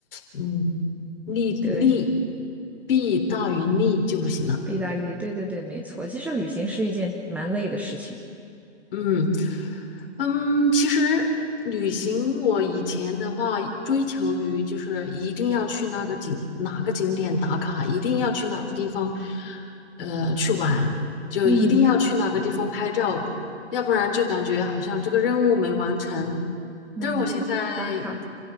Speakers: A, on the left (about 50°); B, in the centre.
A: 嗯，利利
B: 对，
A: 弊大于利就不行了。
B: 弊大于利，对对对，没错。其实旅行是一件蛮累的事情。
A: 嗯，嗯，其实旅行我以前的话追求于就是一定要去那个景哪个景点打卡，一定要去哪个地方，呃，去玩，就一定要去哪个地方拍照，
B: 嗯
A: 要不然就感觉好像这个任务没完成。
B: 嗯，
A: 但是我现在，
B: 对，打卡